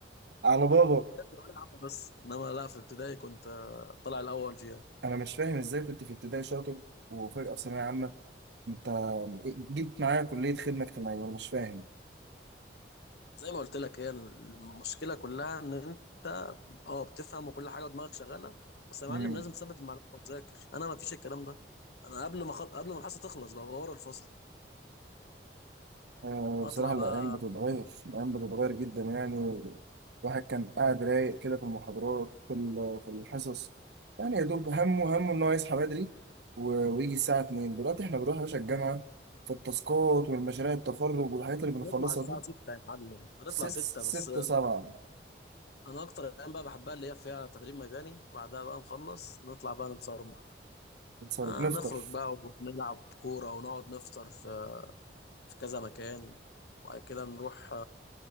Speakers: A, on the right (about 70°); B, on the left (about 65°).
A: على بابا
B: هي ثانوية عامة بس انما لا في ابتدائي كنت طالع الاول فيها
A: انا مش فاهم ازاي كنت في ابتدائي شاطر وفجأة في ثانوية عامة انت جيت معايا كلية خدمة اجتماعية انا مش فاهم
B: زي ما قلت لك هي المشكله كلها ان انت اه بتفهم وكل حاجه ودماغك شغاله بس يا
A: مم.
B: معلم لازم تثبت المعلومه وتذاكر انا ما فيش الكلام ده انا قبل ما خل... قبل ما الحصه تخلص بقى ورا الفصل
A: آه،
B: اطلع
A: بصراحة
B: بقى
A: الأيام بتتغير الأيام بتتغير جدا يعني الواحد كان قاعد رايق كده في المحاضرات في ال- في الحصص يعني يا دوب همه همه إن هو يصحى بدري و- ويجي الساعة 2 دلوقتي إحنا بنروح يا باشا الجامعة في التاسكات والمشاريع التخرج والحاجات اللي بنخلصها
B: نطلع الساعه
A: دي
B: 6 يا معلم بنطلع
A: ست
B: 6 بس
A: ست سبعة
B: انا اكتر الايام بقى بحبها اللي هي فيها تدريب ميداني بعدها بقى نخلص نطلع بقى نتصرمح
A: بنتصرف
B: آه
A: بنفطر
B: نخرج بقى ونلعب كوره ونقعد نفطر في في كذا مكان وبعد كده نروح